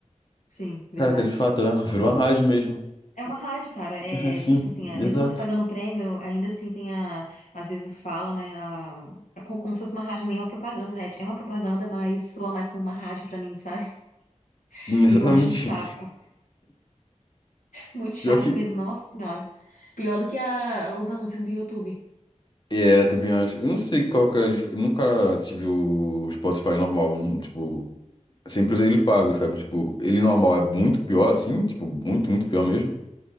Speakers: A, on the left; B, on the left.
A: Sim, verdade.
B: Caraca, de fato, é, <laughs>
A: Razão.
B: virou uma rádio mesmo.
A: É uma rádio, cara. É
B: É, sim,
A: tipo assim, é, mesmo
B: exato.
A: você pagando o prêmio, ainda assim tem a. Às vezes fala, né? A, é co- como, se fosse uma rádio, nem é uma propaganda, né? É uma propaganda, mas soa mais como uma rádio pra mim, sabe? <laughs>
B: Sim, exatamente.
A: E eu acho um saco. Muito chato
B: Pior que.
A: mesmo, nossa senhora. Pior do que a- os anúncios do YouTube.
B: É, também acho. Eu não sei qual que é a dif... eu Nunca tive o Spotify normal, não- tipo. Sempre usei ele pago, sabe? Tipo, ele normal é muito pior assim, tipo, muito, muito pior mesmo.